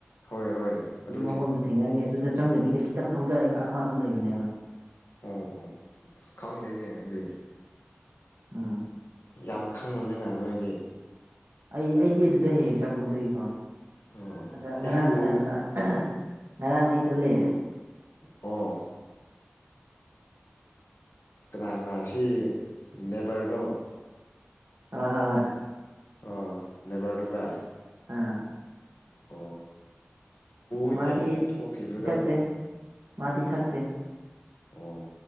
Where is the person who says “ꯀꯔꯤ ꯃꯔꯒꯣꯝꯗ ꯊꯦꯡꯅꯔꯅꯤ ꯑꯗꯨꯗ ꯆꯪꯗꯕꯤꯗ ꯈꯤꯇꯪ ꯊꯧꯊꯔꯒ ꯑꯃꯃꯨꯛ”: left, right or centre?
Right